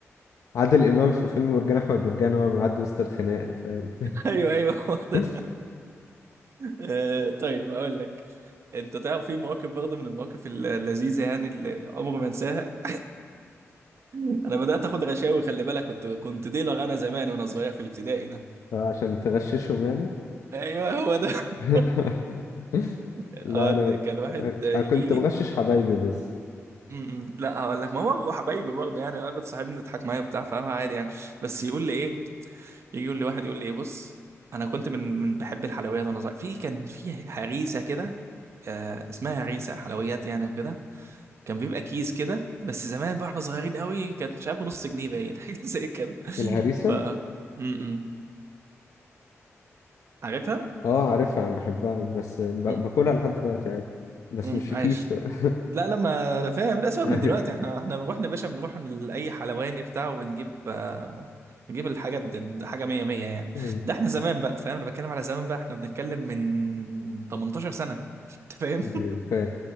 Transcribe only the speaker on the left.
عادل امام في فيلم مرجان احمد مرجان وهو بيعدي وسط الخناقه فاهم
<laughs>
عشان تغششهم يعني
<laughs>
لا انا
انا كنت
بغشش حبايبي بس
الهريسه
اه عارفها انا بحبها بس ب-
باكلها لحد دلوقتي عادي بس
مش في
كيس بقى.
<laughs> ايوه
ايوه
ايوه فاهم